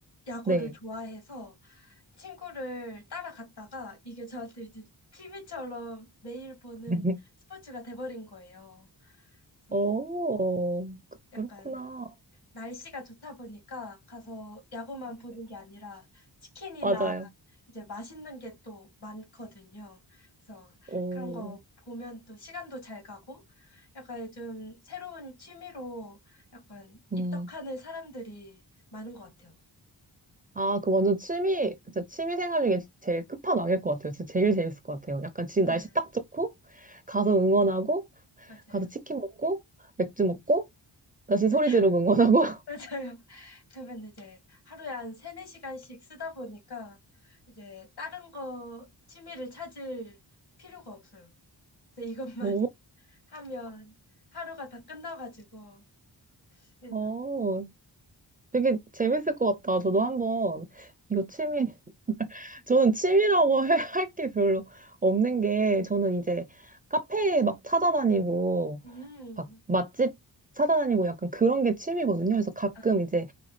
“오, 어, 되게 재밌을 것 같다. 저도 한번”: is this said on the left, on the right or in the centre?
Right